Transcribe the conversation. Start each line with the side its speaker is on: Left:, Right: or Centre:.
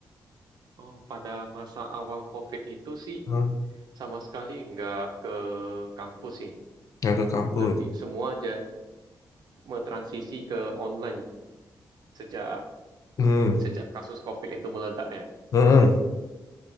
Right: Oh, pada masa awal COVID itu sih
Left: Hmm.
Right: sama sekali nggak ke kampus sih.
Left: Nggak ke kampus.
Right: Lebih semua aja mentransisi ke online sejak
Left: Hmm.
Right: sejak kasus COVID itu meledak ya.
Left: Hmm.